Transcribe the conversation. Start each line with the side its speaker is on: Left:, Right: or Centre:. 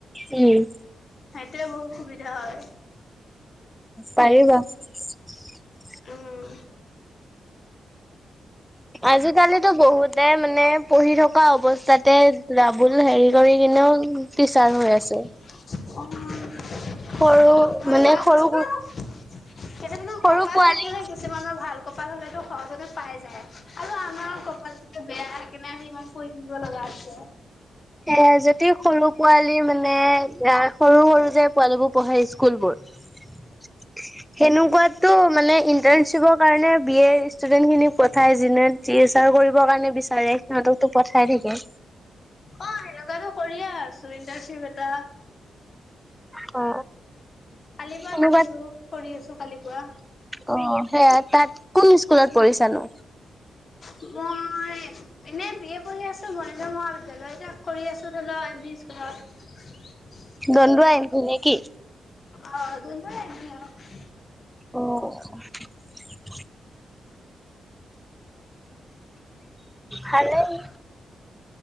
Centre: উম
Left: সেইটোৱেই বহুত সুবিধা হয়।
Centre: পাৰিবা <inaudible>
Left: উম <inaudible>
Centre: আজিকালিিতো বহুতে মানে পঢ়ি থকা অৱস্থাতে ৰাাবুল হেৰি কৰি কিনেও টিচাৰ
Left: অ
Centre: হৈ আছে
Left: হয়
Centre: সৰু মানে
Left: বা
Centre: সৰু
Left: কিছুমানৰ কিছুমানৰ
Centre: সৰু
Left: কপাল
Centre: পোৱালি
Left: থাকিলে কিছুমানৰ ভাল কপাল হ'লেতো সহজতে পাই যায় আৰু আমাৰ কপালটো বেয়া কাৰনে আমি ইমান কৰি থাকিব লগা আছে।
Centre: এ যদি সৰু পোৱালি মানে সৰু সৰু যে পোৱালী বোৰ পঢ়ে স্কুল বোৰ সনেকুৱাতটো মানে ইন্টাৰণশ্বিপৰ কাৰণে বি এ ষ্টুডেন্ট খিনিক পঠাই যিনে টি এছ আৰ কৰিবৰ কাৰণে বিচাৰে সিহঁতকতো পঠাই থাকে
Left: অ সেনেকুৱাতো কৰিে আছো ইণ্টাৰ্নশ্বিপ এটা
Centre: অ
Left: কালিৰ পৰাা
Centre: সেনেকুৱাত
Left: গৈছো কৰি আছো কালি পুৱা
Centre: অ সেয়া তাত কোন স্কুলত পঢ়িছানো
Left: মোৰ এনেই বি এ পঢ়ি আছো মৰিগ মহাবিদ্যায়লত তাক কৰি আছো ধ লও এন ভি স্কুলত।
Centre: দণ্ডৱা এন ভি ন কি?
Left: অ দন্দুৱা এন ভি
Centre: অ <inaudible> ভালেই।